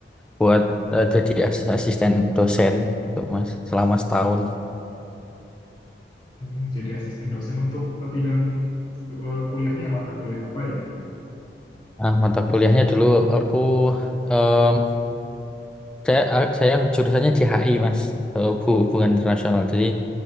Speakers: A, in the centre; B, on the left (about 25°).
A: buat eh, jadi as- asisten dosen gitu, Mas, selama setahun.
B: Hmm, jadi asisten dosen untuk eh, bidang eh, kuliahnya mata kuliah apa ya?
A: Nah, mata kuliahnya dulu aku em, saya a- saya jurusannya di HI, Mas, eh, Hu- Hubungan Internasional. Jadi